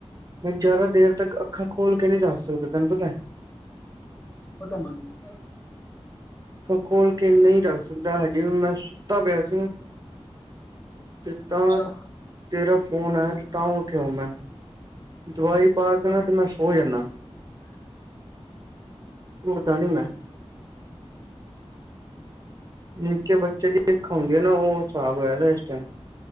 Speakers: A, on the right; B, on the left.
A: ਮੈਂ ਜ਼ਿਆਦਾ ਦੇਰ ਤੱਕ ਅੱਖਾਂ ਖੋਲ੍ਹ ਕੇ ਨੀ ਜਾ ਸਕਦਾ ਤੈਨੂੰ ਪਤਾ?
B: ਪਤਾ ਮੈਨੂੰ।
A: ਅੱਖਾਂ ਖੋਲ ਕੇ ਨੀ ਰੱਖ ਸਕਦਾ ਹਜੇ ਵੀ ਮੈਂ ਸੁੱਤਾ ਪਿਆ ਸੀ। ਤੇ
B: ਅੱਛਾ
A: ਤਾਂ ਤੇਰਾ ਫੋਨ ਆਇਆ ਤੇ ਤਾਂ ਉੱਥੇ ਆਇਆ ਮੈਂ। ਦਵਾਈ ਪਾ ਕੇ ਨਾ
B: ਲੈ
A: ਤੇ ਮੈਂ ਸੋ ਜਾਣਾ ਉੱਠਦਾ ਨੀ ਮੈਂ। ਨਿੱਕੇ ਬੱਚੇ ਦੀ ਅੱਖ ਹੁੰਦੀ ਆ ਨਾ ਉਹ ਸਾਬ ਹੋਇਆ ਪਿਆ ਇਸ ਟਾਈਮ।